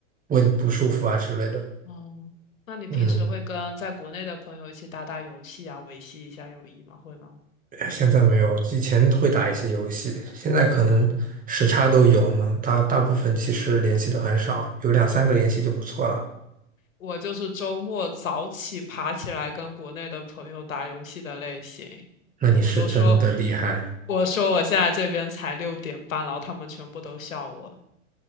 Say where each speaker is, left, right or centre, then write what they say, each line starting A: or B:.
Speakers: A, on the right; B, on the left.
A: 问不舒服啊之类的，
B: 哦，那你平时会跟在国内的朋友一起打打游戏啊，
A: 嗯。
B: 维系一下友谊吗？会吗？
A: 哎现在没有，以前会打一些游戏，现在可能时差都有呢。
B: 嗯。
A: 大大部分其实联系的很少，有两三个联系就不错了。
B: 我就是周末早起爬起来跟国内的朋友打游戏的类型。
A: 那你是真的厉害，
B: 我都说，我说我现在这边才六点半，然后他们全部都笑我。